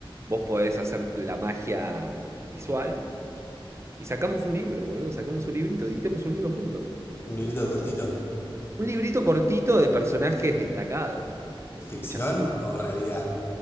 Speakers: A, on the right; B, on the left.
A: Vos podés hacer la magia visual y sacamos un libro, boludo. Sacamos un librito, editemos un libro juntos.
B: Un librito cortito.
A: Un librito cortito de personajes destacados
B: ¿Ficción
A: de Chascomún.
B: o realidad?